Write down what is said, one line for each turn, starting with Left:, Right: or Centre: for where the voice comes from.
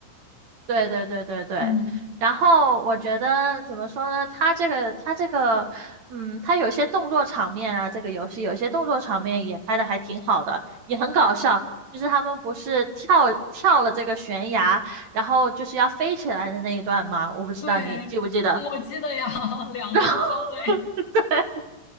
Right: 对对对对对。
Left: 嗯，
Right: 然后我觉得怎么说呢？它这个它这个，嗯，它有些动作场面啊，这个游戏有些动作场面也拍的还挺好的，也很搞笑。就是他们不是跳跳了这个悬崖，然后就是要飞起来的那一段吗？我不知道你记不记得。
Left: 对，我记得呀，<laughs> 两个人抱在
Right: 然后 <laughs> 对，